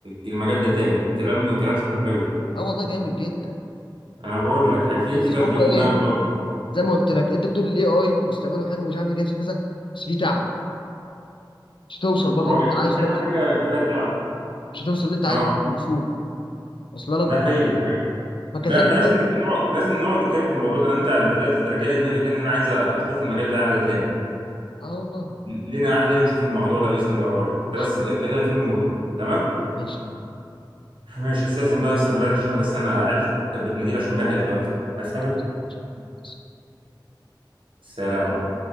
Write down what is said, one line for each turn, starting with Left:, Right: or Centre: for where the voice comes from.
Right: المجال ده تاني كلام كلام شكله حلو
Left: اه والله جامد جدا
Right: انا بقول لك يعني في
Left: بس
Right: في تشغيل
Left: هو
Right: دماغ
Left: ايه
Right: برضه
Left: زي ما قلت لك انت بتقول الاي اي مستقبله حلو ومش عارف ايه كذا كذا بس في تعب مش هتوصل برضه
Right: هو
Left: اللي
Right: <laughs>
Left: انت عايزه
Right: اي
Left: ده
Right: حاجه
Left: بسهوله
Right: فيها تعب
Left: مش هتوصل اللي انت عايزه
Right: اه
Left: ده بسهوله وصل لك
Right: ده حقيقي ده حقيقي
Left: فكذلك
Right: لا احنا
Left: برضه
Right: لازم نك- نقعد لازم نقعد نتكلم في الموضوع ده لأن انت انت بدات ترجع لي دماغي تاني انا عايز اشوف المجال بتاعنا ده تاني
Left: اه والله
Right: لينا قاعده تاني نشوف الموضوع ده باذن الله قريب انت
Left: ماشي
Right: بس ابدا كده في يوم وقول لي تمام
Left: ماشي معاك
Right: ماشي استاذن بقى استقبلك عشان بس انا عيلتي كانت بتناديلي عشان بان هيتغدى عايز حاجه
Left: خلاص.
Right: سلام عليكم.